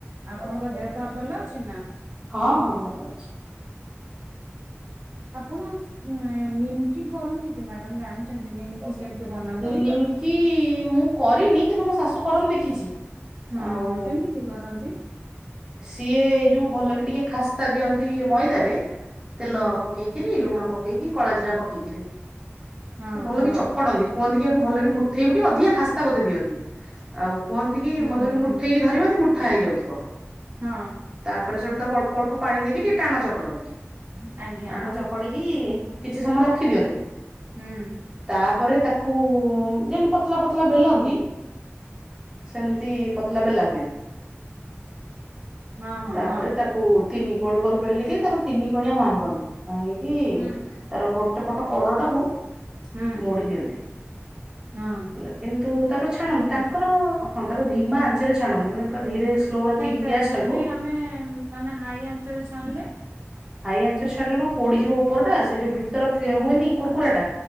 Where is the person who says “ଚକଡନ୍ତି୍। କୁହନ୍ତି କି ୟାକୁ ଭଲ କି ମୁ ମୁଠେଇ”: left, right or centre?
Right